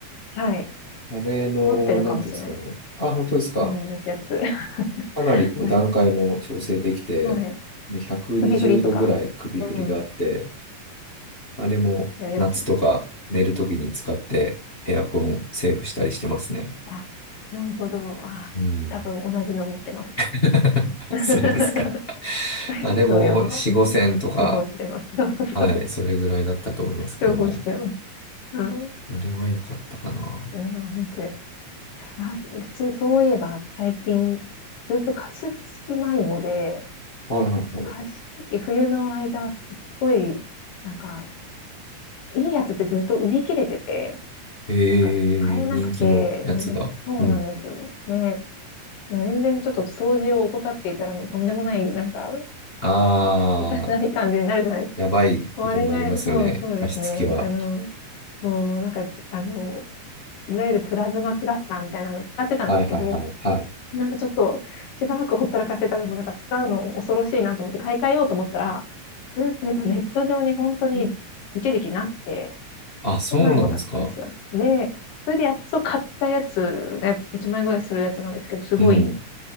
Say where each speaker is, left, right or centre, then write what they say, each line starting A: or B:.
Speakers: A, on the left (about 75°); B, on the left (about 50°).
A: はい。
B: あれの、
A: 持ってるかもしれないです。
B: なんていうんですかね。あ、本当ですか。
A: 同じやつ。<laughs>
B: かなりこう段階も調整できて、
A: はい。はい。
B: で、120度ぐらい首振りがあって、
A: 首振りとか、うん。
B: あれも夏とか寝るときに使ってエアコンセーブしたりしてますね。
A: やるやつですよね。あ、なるほど。あ、
B: うん。
A: 多分同じの持ってます。
B: <laughs>
A: <laughs>
B: そうですか。
A: <laughs> ダイストやば、
B: あれも4、
A: えー重宝してます。
B: 5千とか、
A: <laughs> そうそうそうです。
B: はい、それぐらいだったと思いますけどね。
A: 重宝してます。うん。
B: あれは良かったかな。
A: うん、本当です。あ、うちそういえば最近、ずっと加湿器迷子で、
B: はいはいはい。
A: 加湿器冬の間すっごい、なんか、いいやつってずっと売り切れてて、
B: えー、
A: なんか買えなくて、
B: 人気のやつが。
A: ねそうなんですよ。
B: うん。
A: ね、全然ちょっと掃除を怠っていたらもうとんでもない、なんか、
B: あ
A: <laughs> ない感じになるじゃないですか。
B: やばいことになりますよね。
A: もうあれが、そう、そうですね。
B: 加湿器は。
A: あの、そう、なんか、あの、いわゆるプラズマクラスターみたいなのを使ってたんですけど、
B: はいはいはいはい。
A: なんかちょっとしばらくほったらかしてたらもうなんか使うの恐ろしいなと思って買い替えようと思ったら、やっぱネット上に本当に一時期なくて、
B: うんあ、そうなんですか。
A: で、迷子だったんですよ。で、それでやっと買ったやつが1万円ぐらいするやつなんですけど、すごい
B: うん。